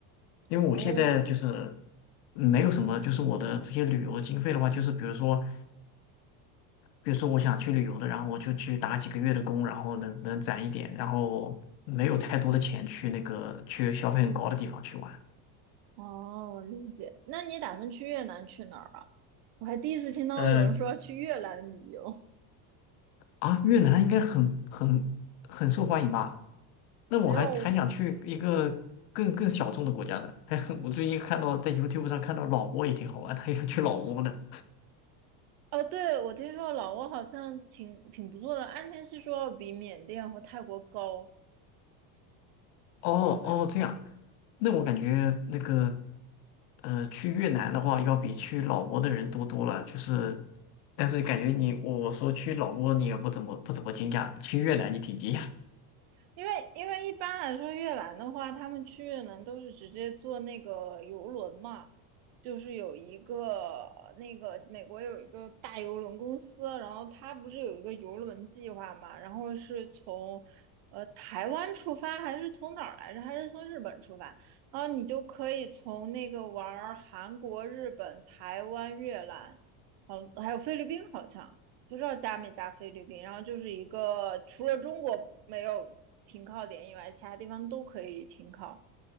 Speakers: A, on the left; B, on the right.
A: 因为我现在就是
B: 哦，
A: 没有什么，就是我的这些旅游经费的话，就是比如说，比如说我想去旅游的，然后我就去打几个月的工，然后能能攒一点，然后没有太多的钱去那个去消费很高的地方去玩。
B: 哦，我理解。那你打算去越南去哪儿啊？我还第一次听到有人说要去越南旅游，
A: 嗯。啊，越南应该很很很受欢迎吧？那我还还想去一个更更小众的国家呢。
B: 没有。
A: <laughs> 还很我最近看到在 YouTube 上看到老挝也挺好玩他还想去老挝呢。
B: 哦，对，我听说老挝好像挺挺不错的，安全系数要比缅甸和泰国高，
A: 哦哦，
B: 对吧？
A: 这样，那我感觉那个呃，去越南的话，要比去老挝的人多多了。就是，但是感觉你我说去老挝，你也不怎么不怎么惊讶，去越南你挺惊讶，
B: 因为因为一般来说，越南的话，他们去越南都是直接坐那个游轮嘛，就是有一个呃那个美国有一个大游轮公司，然后它不是有一个游轮计划嘛，然后是从呃台湾出发，还是从哪儿来着？还是从日本出发？然后你就可以从那个玩儿韩国、日本、台湾、越南，好，还有菲律宾好像。不知道加没加菲律宾，然后就是一个除了中国没有停靠点以外，其他地方都可以停靠。